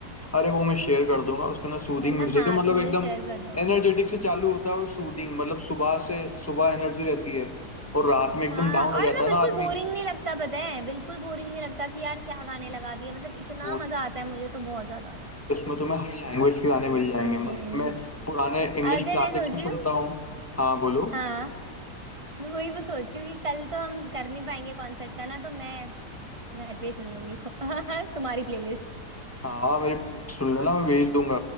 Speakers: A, on the left; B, on the right.
A: अरे वो मैं शेयर कर दूंगा उसका ना सूदिंग
B: है ना
A: म्यूजिक
B: हाँ
A: है मतलब
B: तुम मुझे
A: एकदम
B: शेयर कर दो
A: एनर्जेटिक से चालू होता है और सूदिंग मतलब सुबह से सुबह एनर्जी रहती है और रात में एकदम
B: हाँ
A: डाउन हो
B: और
A: जाता
B: ना
A: है
B: बिल्कुल
A: ना आदमी
B: बोरिंग नहीं लगता पता है बिल्कुल बोरिंग नहीं लगता कि यार क्या गाने लगा दिए मतलब इतना
A: वो
B: मजा आता है मुझे तो बहुत ज्यादा
A: इसमें तुम्हें हर लैंग्वेज के गाने मिल जाएंगे
B: हम्म
A: मतलब मैं पुराने इंग्लिश
B: अरे
A: क्लासिक्स
B: मैं सोच
A: भी
B: रही
A: सुनता
B: हूँ
A: हूँ हाँ बोलो
B: हाँ मैं वही बस सोच रही हूँ कि कल तो हम कर नहीं पाएंगे कॉन्सर्ट का ना तो मैं घर पे ही सुन लूंगी <laughs> तुम्हारी प्लेलिस्ट
A: हाँ मेरी प्लेलिस्ट
B: हम्म
A: सुन लेना मैं भेज दूंगा